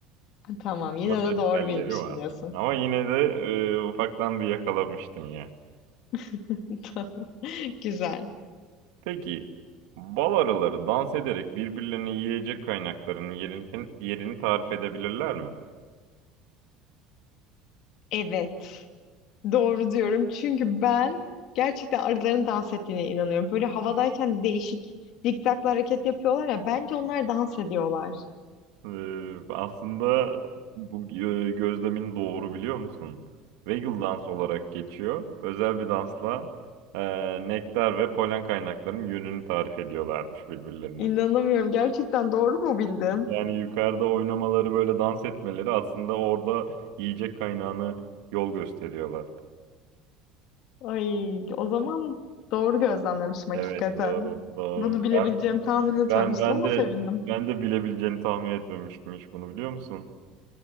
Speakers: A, on the left; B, on the right.
A: Tamam, yine
B: Ama ses
A: de doğru
B: telleri
A: bilmişim
B: var.
A: diyorsun.
B: Ama yine de e, ufaktan bir yakalamıştın ya.
A: <laughs> Tamam. Güzel.
B: Peki bal arıları dans ederek birbirlerini yiyecek kaynaklarının yerini, yerini tarif edebilirler mi?
A: Evet. Doğru diyorum. Çünkü ben gerçekten arıların dans ettiğine inanıyorum. Böyle havadayken değişik zikzaklı hareket yapıyorlar ya. Bence onlar dans ediyorlar.
B: Ee, aslında bu e, gözlemin doğru biliyor musun? Waggle dans olarak geçiyor. Özel bir dansla e, nektar ve polen kaynaklarının yönünü tarif ediyorlarmış birbirlerine.
A: İnanamıyorum. Gerçekten doğru mu bildim?
B: Yani yukarıda oynamaları böyle dans etmeleri aslında orada yiyecek kaynağını yol gösteriyorlar.
A: Ay, o zaman doğru gözlemlemişim
B: Evet
A: hakikaten.
B: doğru doğru.
A: Bunu bilebileceğimi
B: Ben
A: tahmin etmemiştim
B: ben ben
A: ama
B: de
A: sevindim.
B: ben de bilebileceğini tahmin etmemiştim hiç bunu biliyor musun?